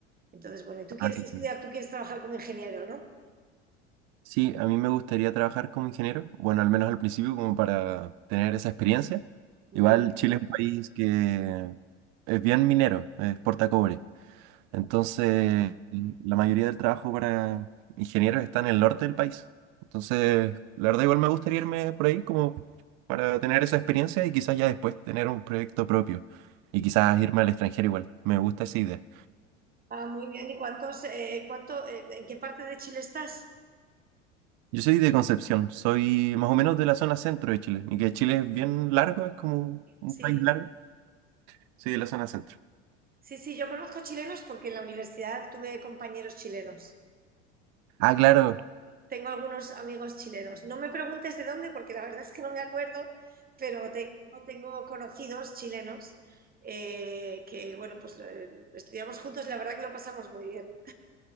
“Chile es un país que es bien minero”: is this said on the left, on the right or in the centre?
Right